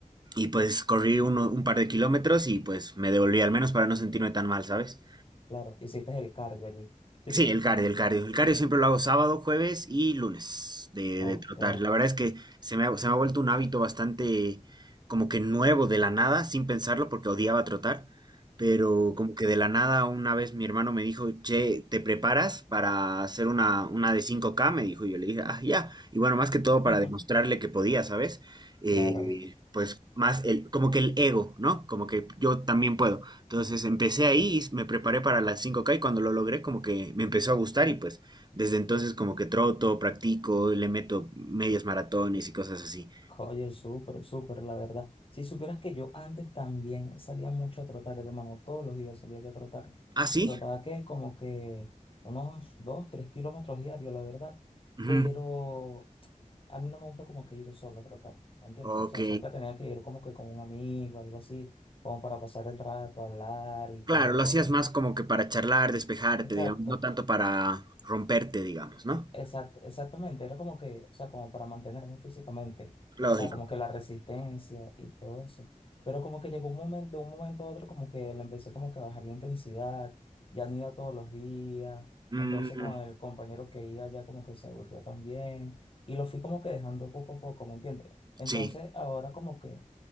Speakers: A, on the right; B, on the left.
A: Y pues corrí uno- un par de kilómetros y pues me devolví al menos para no sentirme tan mal, ¿sabes?
B: Claro, hiciste el cardio allí. <laughs>
A: Sí, el cardio, el cardio. El cardio siempre lo hago sábado, jueves y lunes de,
B: Ok,
A: de trotar. La verdad es que se me ha, se me ha vuelto un hábito bastante como que nuevo de la nada, sin pensarlo, porque odiaba trotar, pero como que de la nada una vez mi hermano me dijo, che, ¿te preparas para hacer una, una de cinco k Me dijo, y yo le dije, ah, ya. Y bueno, más que todo para
B: <laughs>
A: demostrarle que podía, ¿sabes? Eh,
B: claro.
A: pues más el, como que el ego, ¿no? Como que yo también puedo. Entonces empecé ahí, y me preparé para las cinco k y cuando lo logré como que me empezó a gustar y pues desde entonces como que troto, practico, le meto medias maratones y cosas así.
B: Oye, súper, súper, la verdad. Si supieras que yo antes también salía mucho a trotar, hermano, todos los días salía yo a trotar.
A: ¿Ah, sí?
B: Trotaba que como que unos dos, tres kilómetros diarios, la verdad.
A: Ujú.
B: Pero a mí no me gusta como que ir solo a trotar, ¿me entiendes?
A: Ok.
B: O sea, siempre tenía que ir como que con un amigo, algo así, como para pasar el rato, hablar y todo
A: Claro, lo
B: eso.
A: hacías más como que para charlar, despejarte,
B: Exacto.
A: digamos, no tanto para romperte, digamos, ¿no?
B: Exact- exactamente, era como que, o sea, como para mantenerme físicamente, o
A: Lógico.
B: sea, como que la resistencia y todo eso. Pero como que llegó un momento, de un momento a otro, como que le empecé como que a bajar la intensidad, ya no iba todos los días,
A: Mm,
B: entonces con el compañero que iba ya como que se aburrió también, y lo fui como que dejando poco a poco, ¿me entiendes? Entonces
A: sí.
B: ahora como que